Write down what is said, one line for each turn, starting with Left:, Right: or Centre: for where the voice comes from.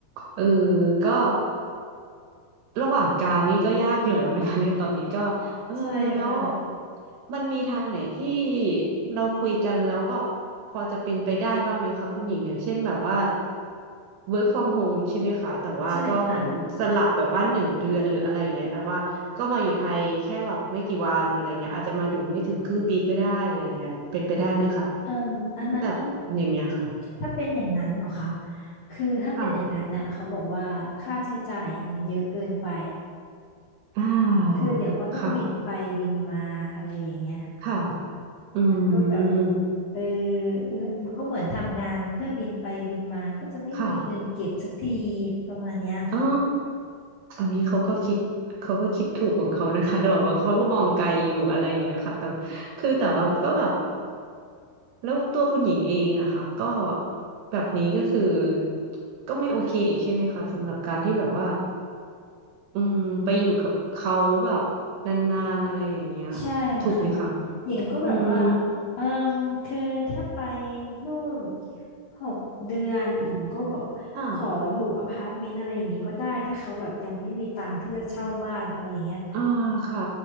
Right: เออก็ ระหว่างกลางนี่ก็ยากอยู่แล้วนะคะเนี่ยตอนนี้ก็เออแล้ว
Left: ใช่ค่ะ
Right: มันมีทางไหนที่เราคุยกันแล้วแบบพอจะเป็นไปได้บ้างไหมคะคุณหญิงอย่างเช่นแบบว่า work from home ใช่ไหมคะแต่ว่าก็เหมือนสลับแบบว่าหนึ่งเดือนหรืออะไรอย่างเงี้ยแต่ว่าก็มาอยู่ไทยแค่แบบไม่กี่วันอะไรเงี้ยอาจจะมาดูไม่ถึงครึ่งปีก็ได้อะไรเงี้ยเป็นไปได้ไหมคะ
Left: ใช่ค่ะเอ่มอันนั้นเขา
Right: แบบอย่างเงี้ยค่ะ
Left: ถ้าเป็นอย่างนั้นเหรอคะคือถ้าเป็นอย่างนั้นน่ะเขาบอกว่าค่าใช้จ่ายมันเยอะเกินไป
Right: ค่ะอ่า
Left: คือเดี๋ยวก็ต้องบินไปบินมาอะไรอย่างเงี้ย
Right: ค่ะค่ะอื
Left: มันก็แบบ
Right: ม
Left: เออเงินมันก็เหมือนทำงานเพื่อบินไปบินมาก็จะไม่มีเงินเก็บสักที
Right: ค่ะ
Left: ประมาณเนี้ยค่ะ
Right: อ๋ออันนี้เขาก็คิดเขาก็คิดถูกของเขานะคะแต่แบบว่าเขาก็มองไกลอยู่อะไรอย่างเงี้ยค่ะแต่คือแต่ว่าก็แบบแล้วตัวคุณหญิงเองอะค่ะก็แบบนี้ก็คือก็ไม่โอเคอีกใช่ไหมคะสำหรับการที่แบบว่าอืมไปอยู่กับเขาแบบนานๆอะไรอย่างเงี้ย
Left: ใช่ค่ะ
Right: ถูกไหมคะ
Left: หญิงก็แบบว่า
Right: อืม
Left: เอ่มคือถ้าไปนู่นหกเดือนหญิงก็บอกขออยู่อพาร์ตเมนต์อะไรอย่างเงี้ยก็ได้ถ้าเขาแบบยังไม่มีตังค์ที่จะเช่าบ้านอะไรอย่างเงี้ย
Right: ค่ะอ่าค่ะ